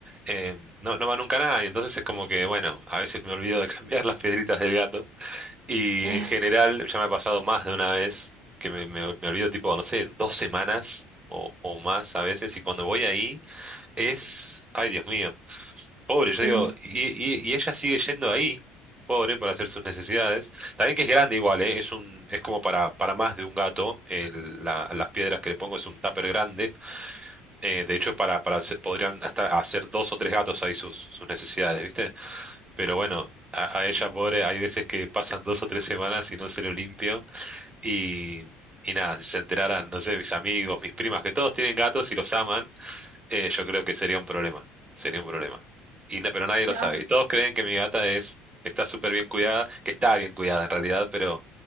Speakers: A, on the right; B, on the right.
A: em, no, no va nunca nadie, entonces es como que, bueno, a veces me olvido de <laughs> cambiar las piedritas del gato. Y
B: Ah,
A: en general, ya me ha pasado más de una vez que me, me- me olvido tipo, no sé, dos semanas o, o más a veces. Y cuando voy ahí es, ay Dios mío, pobre, yo
B: el-
A: digo, y, y- y ella sigue yendo ahí, pobre, para hacer sus necesidades. También que es grande igual, ¿eh? Es un, es como para, para más de un gato. el- la- las piedras que le pongo es un tupper grande. eh, de hecho, para, para hacer- podrían hasta hacer dos o tres gatos ahí sus, sus necesidades, ¿viste? Pero bueno, a, a ella pobre, hay veces que pasan dos o tres semanas y no se lo limpio. Y, y nada, si se enteraran, no sé, mis amigos, mis primas, que todos tienen gatos y los aman, eh, yo creo que sería un problema. Sería un problema. Y, na- pero nadie lo
B: la-
A: sabe. Y todos creen que mi gata es, está súper bien cuidada, que está bien cuidada en realidad, pero,